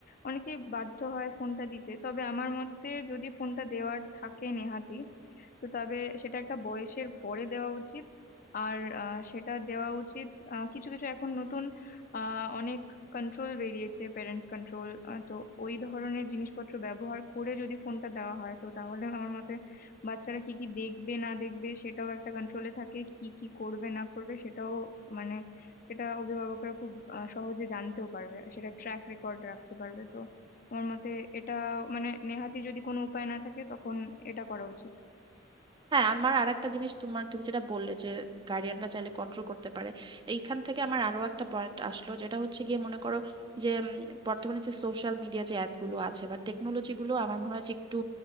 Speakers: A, on the left; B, on the right.
A: অনেকে বাধ্য হয় ফোনটা দিতে তবে আমার মতে যদি ফোনটা দেওয়ার থাকে নেহাতি তো তবে সেটা একটা বয়সের পরে দেওয়া উচিত আর আহ, সেটা দেওয়া উচিত আহ, কিছু কিছু এখন নতুন আহ, অনেক কন্ট্রোল বেরিয়েছে প্যারেন্টস কন্ট্রোল তো ওই ধরনের জিনিসপত্র ব্যবহার করে যদি ফোনটা দেওয়া হয় তো তাহলে আমার মতে বাচ্চারা কি কি দেখবে না দেখবে সেটাও একটা কন্ট্রোলে থাকে কি কি করবে না করবে সেটাও মানে সেটা অভিভাবকরা খুব আহ, সহজে জানতেও পারবে আর সেটা ট্র্যাক রেকর্ড রাখতে পারবে তো আমার মতে এটা মানে নেহাতি যদি কোনো উপায় না থাকে তখন এটা করা উচিত
B: হ্যাঁ আমার আর একটা জিনিস তোমার তুমি যেটা বললে যে গার্ডিয়ানরা চাইলে কন্ট্রোল করতে পারে এইখান থেকে আমার আরো একটা পয়েন্ট আসলো যেটা হচ্ছে গিয়ে মনে করো যে উম, বর্তমানে যে সোশ্যাল মিডিয়া যে অ্যাপ গুলো আছে বা টেকনোলজি গুলো আমার মনে হয় যে একটু